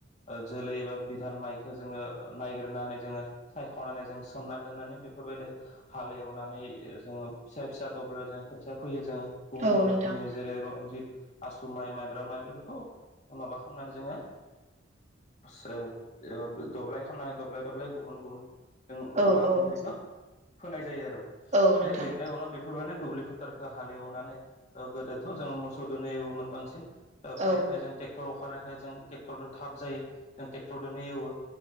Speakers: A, on the left; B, on the right.
A: ओ जोलै एबा बिधान माइखौ जोङो नायगिरनानै जोङो सयख'नानै जों सोमना दोननानै बेफोरबायदि हाल एवनानै जोङो फिसा फिसा अब्ला जों खोथिया फोयो जोङो गुबुन
B: औ
A: गुबुन
B: नोंथां
A: रोखोमनि जेरै रनजित आसु माइ माइब्रा माइ बेफोर माबा खालामनानै जोङो <unintelligible> दब्लाय खामना दब्लाय दब्लाय गुबुन गुबुन जों
B: औ
A: मा बुङो
B: औ
A: बेखौ फोनाय जायो आरो
B: औ नोंथां
A: बे देरनाय उनाव बेफोरबानो दुब्लि फोथारखौ हालेवनानै गोदोथ' जों मोसौ दोनो एवोमोन बांसिन दा फायै
B: औ
A: फायै जों ट्रेक्टर अखारनायखाय जों ट्रेक्टर दो थाब जायो जों ट्रेक्टरनो एवो